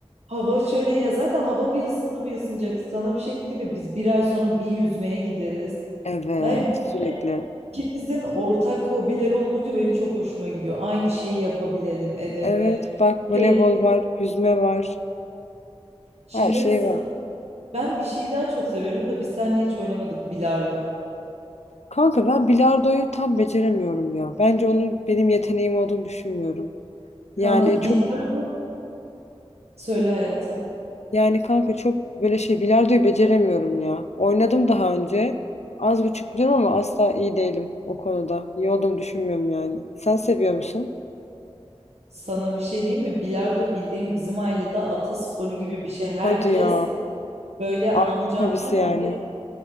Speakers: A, on the right; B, on the left.
A: Hava şöyle ya zaten hava bir ısındı bir ısınacak. Sana bir şey diyeyim mi? Biz bir ay sonra bir yüzmeye gideriz.
B: Evet
A: Yani
B: sürekli.
A: böyle ikimizin ortak hobileri olunca benim çok hoşuma gidiyor. Aynı şeyi yapabilelim, edelim
B: Evet
A: yani.
B: bak
A: Çok
B: voleybol
A: eğlen-
B: var. Yüzme var.
A: Şimdi
B: Her şey
A: sa-
B: var.
A: ben bir şeyi daha çok severim de biz seninle hiç oynamadık bilardo.
B: Kanka ben bilardoyu tam beceremiyorum ya. Bence onun benim yeteneğim olduğunu düşünmüyorum.
A: Kanka
B: Yani çok
A: bilardo söyle hayatım.
B: Yani kanka çok böyle şey bilardoyu beceremiyorum ya. Oynadım daha önce. Az buçuk biliyorum ama asla iyi değilim o konuda. İyi olduğumu düşünmüyorum yani. Sen seviyor musun?
A: Sana bir şey diyeyim mi? Bilardo bildiğim bizim ailede atasporu gibi bir şey. Herkes
B: Hadi ya.
A: Böyle amcamlar
B: Ailenin hobisi yani.
A: bir de